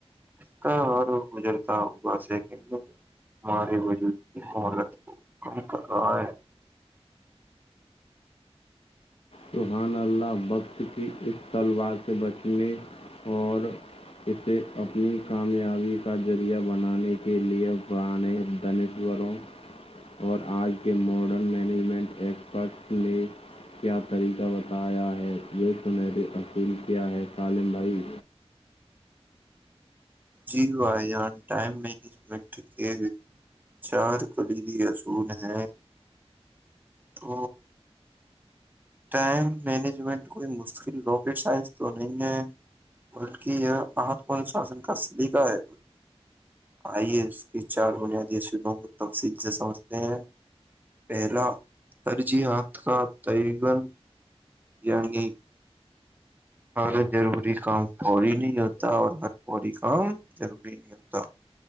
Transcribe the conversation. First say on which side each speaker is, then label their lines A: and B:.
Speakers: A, on the right (about 15°); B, on the left (about 60°).
A: اس کا اور گجرتا ہوا سیکنڈ میں ہمارے وجودگ کی مولت کم کر رہا ہے
B: توحان اللہ اللہ وقت کی اس تلوار سے بچنے اور اسے اپنی کامیابی کا ذریعہ بنانے کے لیے پرانے ٹینس والوں اور آج کے ماڈرن مینجمنٹ ایکسپرٹس نے کیا طریقہ بتا آیا ہے یہ سنہری اصول کیا ہے سالم بھائی
A: جیو م مجمٹ کے چار خریدی اصول ہیں تو ٹائم مینجمنٹ کوئی مشکل رواکٹ سائز تو نہیں ہے بلک یہ مہتپورن شاسن کا سلیقہ ہے آئیے اس کی چار بنیادی شعبوں کو تفصیل سے سمجھتے ہیں پہلا ترجیحات کا تن یہگی ہر ضروری کام فوری نہیں ہوتا اور ہر فوری کام ضروری نہیں ہوتا